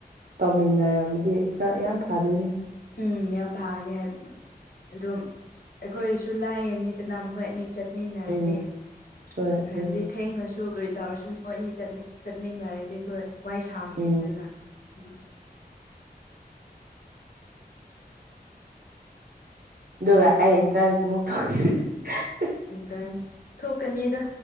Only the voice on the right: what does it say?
ꯇꯧꯃꯤꯟꯅꯔꯝꯃꯗꯤ ꯈꯔ ꯌꯥꯝ ꯐꯗꯣꯏꯅꯤ
ꯎꯝ ꯍꯣꯏ ꯑꯗꯨꯅꯤ
ꯎꯝ
ꯒ ꯑꯩ ꯏꯟꯇ꯭ꯔꯥꯁ ꯃ ꯇ <unintelligible>